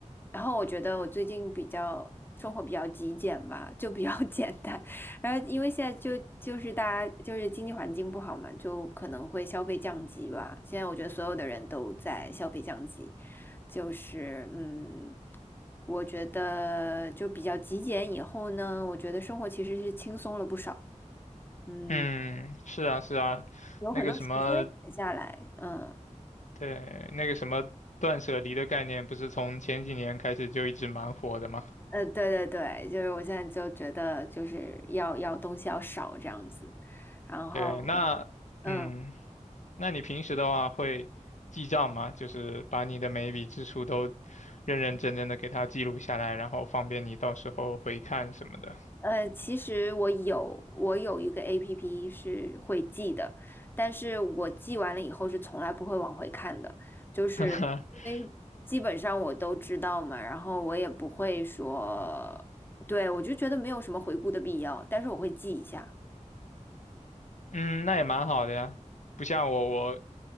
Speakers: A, on the left; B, on the left.
A: 然后我觉得我最近比较生活比较极简吧，就比较 <laughs> 简单。然后因为现在就就是大家就是经济环境不好嘛，就可能会消费降级吧。现在我觉得所有的人都在消费降级，就是嗯，我觉得就比较极简以后呢，我觉得生活其实是轻松了不少，嗯，
B: 嗯，是啊，是啊，
A: 有很多时间闲下来，
B: 那个什么，
A: 嗯。
B: 对，那个什么断舍离的概念，不是从前几年开始就一直蛮火的嘛？
A: 呃，对对对，就是我现在就觉得就是要要东西要少这样子，然后，
B: 对，那，
A: 嗯
B: 嗯，那你平时的话会记账吗？就是把你的每一笔支出都认认真真的给它记录下来，然后方便你到时候回看什么的。
A: 呃，其实我有我有一个 APP 是会记的，但是我记完了以后是从来不会往回看的，就是因为基本上我都知道嘛，
B: <laughs>
A: 然后我也不会说，对，我就觉得没有什么回顾的必要，但是我会记一下。
B: 嗯，那也蛮好的呀。不像我，我